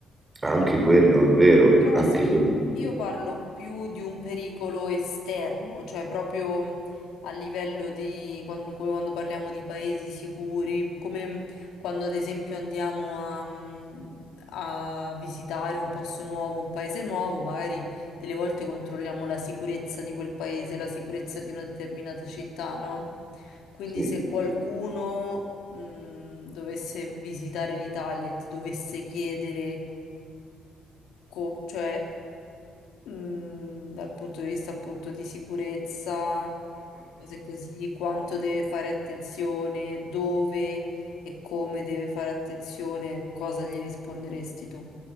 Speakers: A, on the right; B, on the left.
A: anche quello
B: Mm.
A: è vero,
B: Però
A: anche
B: sì,
A: quello,
B: io parlo più di un pericolo esterno, cioè proprio a livello di quan- come quando parliamo di paesi sicuri, come quando ad esempio andiamo a, mm, a visitare un posto nuovo, un paese nuovo, magari delle volte controlliamo la sicurezza di quel paese, la sicurezza di una determinata città, no? Quindi
A: sì.
B: se qualcuno, mm, dovesse visitare l'Italia e ti dovesse chiedere co- cioè mh, dal punto di vista appunto di sicurezza e cose così, quanto deve fare attenzione, dove e come deve fare attenzione, cosa gli risponderesti tu?